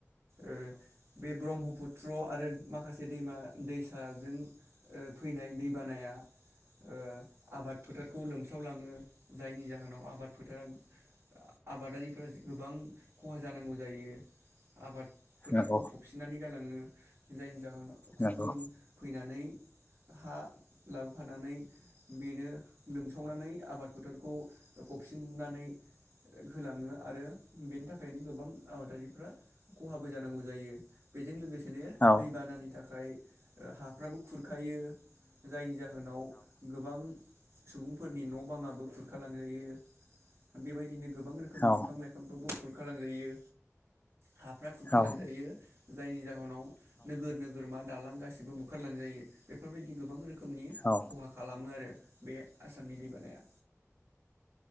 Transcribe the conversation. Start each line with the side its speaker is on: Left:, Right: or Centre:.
Right: ओ बे ब्रह्मपुत त्र आरो माखासे दैमा दैसाजों ओ फैनाय दैबानाया ओ आबाद फोथार खौ लोमस्रावलाङो जायनि जाहोनाव आबाद फोथारा आबादारिफ्रा गोबां खहा जानांगौ जायो। आबाद फोथारखौ
Left: नंगौ
Right: फबसिननानै गालाङो। जायनि जाहोनाव खुख्लुं
Left: नंगौ
Right: फैनानै। हा लाबोफानानै बेनो लोमसावनानै आबाद फोथारखौ फबफिननानै होलाङो आरो बेनि थाखायनो गोबां आबादारिफ्रा खहाबो जानांगौ जायो बेजों लोगोसे बिदिनो
Left: औ
Right: दैबानानि थाखाय ओ हाफ्राबो खुरखायो जायनि जाहोन जाहोनाव गोबां सुबुंफोरनि न' बाङाबो खुरखा लांजायो बेबायदिनो गोबां रोखोमनि
Left: औ
Right: बिफां लाइफांफोरखौबो खु खालामजायो। हाफ्रा खुरखा
Left: औ
Right: लांजायो। जायनि जाहोनाव नोगोर नोगोर मा दालां गासिबो बुखारलांजायो बेफोरबायदि गोबां रो रोखोमनि
Left: औ
Right: खहा खालामो आरो। बे आसामनि दैबानाया।